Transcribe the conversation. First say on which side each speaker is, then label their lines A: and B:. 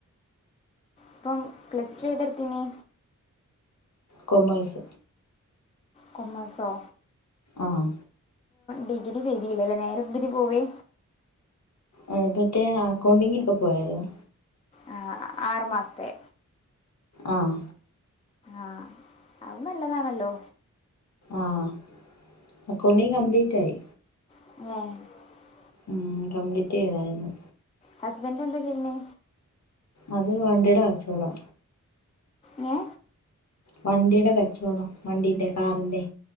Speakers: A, on the left; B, on the left.
A: അപ്പം പ്ലസ് ടു ഏതിട്ത്തിനി
B: കൊമേസ്.
A: കൊമേസോ?
B: ആഹ്
A: ഡിഗ്രി ചെയ്തീല്ലല്ലോ. നേരെന്തിന് പോവേ?
B: ആ ഇപ്പത്തെ അക്കൗണ്ടിങ്ങെക്കെപ്പോയാരുന്നു.
A: ആ, ആറ് മാസത്തെ.
B: ആഹ്
A: ആഹ്. അത് നല്ലതാണല്ലോ.
B: ആഹ് അക്കൗണ്ടിങ് കംപ്ലീറ്റായി.
A: <unintelligible>
B: ഉം കംപ്ലീറ്റെയ്താരുന്നു.
A: ഹസ്ബന്റെന്താ ചെയ്യണേ?
B: അത് വണ്ടിട കച്ചോടാ.
A: ങേ?
B: വണ്ടിടെ കച്ചോടം. വണ്ടീന്റെ, കാറിന്റെ.